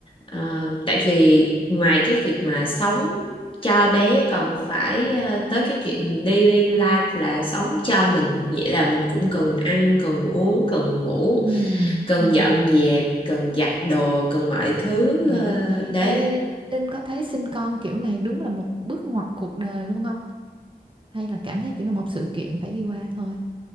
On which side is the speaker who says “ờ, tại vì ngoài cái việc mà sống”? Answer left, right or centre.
Left